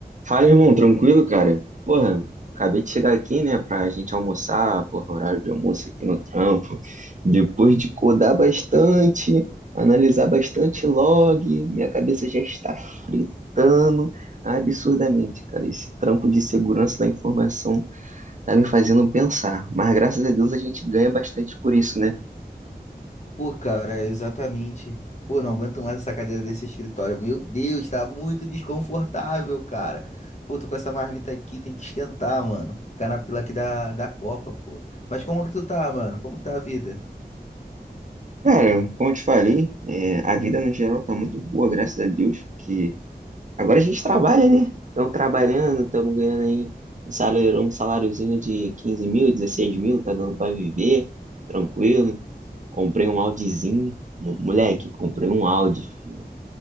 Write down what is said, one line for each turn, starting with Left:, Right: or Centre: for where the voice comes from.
Right: Fala, irmão, tranquilo, cara? Porra, acabei de chegar aqui, né, pra gente almoçar, porra, horário de almoço aqui no trampo. Depois de codar bastante, analisar bastante log, minha cabeça já está fritando absurdamente, cara. Esse trampo de segurança da informação tá me fazendo pensar, mas graças a Deus a gente ganha bastante por isso, né?
Left: Pô, cara, é exatamente. Pô, não aguento mais essa cadeira desse escritório. Meu Deus, tá muito desconfortável, cara. Pô, tô com essa marmita aqui, tem que esquentar, mano. Ficar na fila aqui da, da Copa, pô. Mas como que tu tá, mano? Como que tá a vida?
Right: Cara, como eu te falei, é, a vida no geral tá muito boa, graças a Deus, porque Agora a gente trabalha, né? Estamos trabalhando, estamos ganhando aí um salário, um saláriozinho de 15 mil, 16 mil, tá dando para viver, tranquilo. Comprei um Audizinho, Mo- moleque, comprei um Audi, filho.